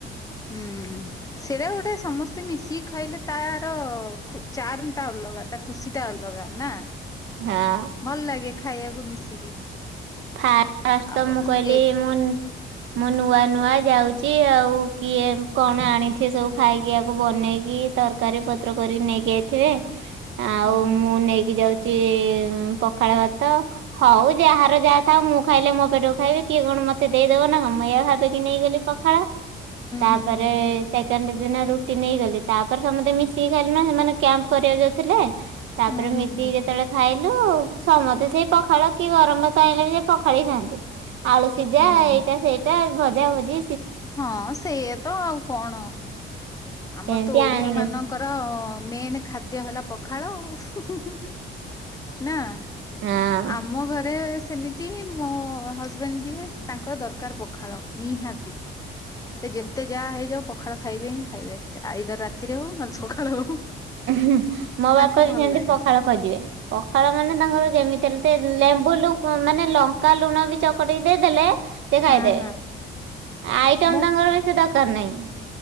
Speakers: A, on the left (about 20°); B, on the right (about 80°).
A: ହୁଁ ସେଇଟା ଗୋଟେ ସମସ୍ତେ ମିଶିକି ଖାଇଲେ ତାର ଖୁ ଚାର୍ମଟା ଅଲଗା ତା ଖୁସିଟା ଅଲଗା ନା
B: ହଁ
A: ଭଲ ଲାଗେ। ଖାଇବାକୁ ମିଶିକି।
B: ଫା-ଫାଷ୍ଟ ତ
A: ଆଉ
B: ମୁଁ କହିଲି
A: ଏକ
B: ମୁଁ ମୁଁ ନୂଆ ନୂଆ ଯାଉଚି ଆଉ କିଏ କଣ ଆଣିଥିବେ ସବୁ ଖାଇକି ଆକୁ ବନେଇକି ତର କାରୀ ପତ୍ର କରିକି ନେଇକି ଆଇଥିବେ।
A: <inaudible>
B: ଆଉ
A: ହୁଁ
B: ମୁଁ ନେଇକି ଯାଉଚି ପଖାଳ ଭାତ। ହୋଉ ଯାହା ର ଯାହା ଥାଉ ମୁଁ ଖାଇଲେ ମୋ ପେଟକୁ ଖାଇବି କିଏ କଣ ମତେ ଦେଇଦବ ନାଁ କଣ ମୁଁ ଏଇଆ ଭାବିକି ନେଇଗଲି ପଖାଳ। ତାପରେ।
A: ହୁଁ ହୁଁ
B: ସେକେଣ୍ଡ ଦିନ ରୁଟି ନେଇକି ଗଲି ତାପରେ ସମସ୍ତେ ମିଶିକି ଖାଇଲିୁ ନା ସେମାନେ କ୍ୟାମ୍ପ କରିବାକୁ ଯାଉଥିଲେ। ତାପରେ
A: ହୁଁ ହୁଁ
B: ମିଶିକି
A: ହୁଁ
B: ଯେତେବେଳେ ଖାଇଲୁ ସମସ୍ତେ ସେଇ ପଖାଳ କି ଗରମ ଭା ତାରେ ଆଣିଲେ ବି ସେ ପଖାଳିକି ଖାଆନ୍ତି ଆଳୁ ସିଝା
A: ହୁଁ ହୁଁ ହୁଁ
B: ଏଇଟା ସେଇଟା ଭଜା ଭୂଜି।
A: ହଁ ସେଇଆ ତ ଆଉ କଣ। ଆମର
B: ଏମିତି
A: ତ ଓଡିଆ
B: ଆଣିକି
A: ମାନଙ୍କର ମେନ୍ ଖାଦ୍ୟ ହେଲା ପଖାଳ ଆଉ ହୁଁ। ହୁଁ-ହୁଁ ନା
B: ହଁ
A: ଆମ ଘରେ ସେମି ମିତି ମୋ ହଜବେଣ୍ଡ ଯିଏ ତାଙ୍କର ଦରକାର ପଖାଳ ନିହାତି। ସେ ଯେତେ ଯାହା ହେଇଯାଉ ପଖାଳ ଖାଇବେ ହିଁ ଖାଇବେ ଆଇଦର ରାତିରେ ହଉ ନଲେ ସକାଳ ହଉ।
B: ହୁଁ ମୋ ବାପା
A: ତାଙ୍କୁ
B: ବି
A: ଭଲ
B: ସେମତି
A: ଲାଗେ
B: ପଖାଳ ଖୋଜିବେ। ପଖାଳ ମାନେ ତାଙ୍କର ଯେମିତି ହେଲେ ଟେ ଲେମ୍ବୁ ଲୁ ମାନେ ଲଙ୍କା ଲୁଣ ବି ଚ କଟିକି ଦେଇଦେଲେ ସେ
A: ହଁ
B: ଖାଇଦେବେ
A: ହଁ
B: ଆଇଟମ
A: ମୋ
B: ତାଙ୍କର ବେଶି ଦରକାର ନାହିଁ।